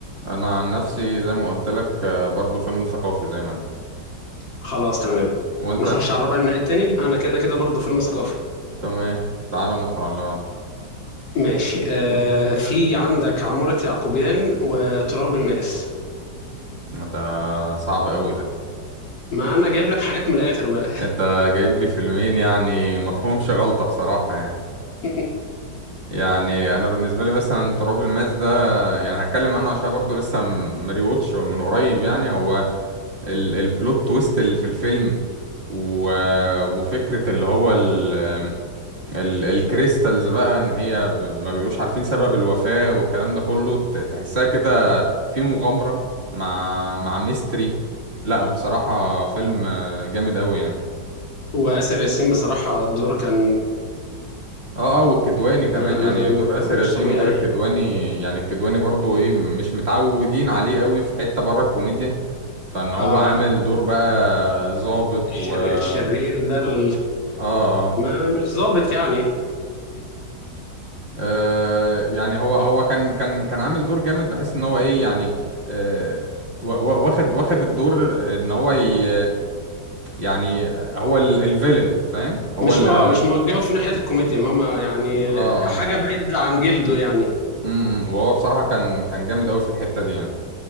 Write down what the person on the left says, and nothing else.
خلاص تمام
نخش على الربع النهائي التاني انا كده كده برضو فيلم ثقافي
ماشي آه في عندك عمارة يعقوبيان وتراب الماس
ما انا جايب لك حاجات من الاخر بقى
<laughs>
وآسر ياسين بصراحة الدور كان
ما
ما ما
مش طبيعي
اه
الشرير
الشرير ده ال...
ما مش ظابط يعني
مش
اه
مش موجهه في ناحية الكوميديا ماما يعني
حاجة بعيد عن جلده يعني